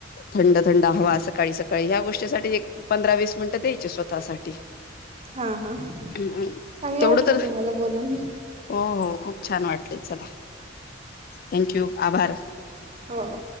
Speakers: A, on the left; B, on the right.
A: थंड थंड हवा सकाळी सकाळी ह्या गोष्टीसाठी एक पंधरा वीस मिनिटं द्यायची स्वतःसाठी
B: हा हा चांगलं
A: तेवढं
B: वाटलं
A: तर
B: तुम्हाला बोलून
A: हो हो खूप छान वाटलं चला थँक्यू आभार
B: हो हो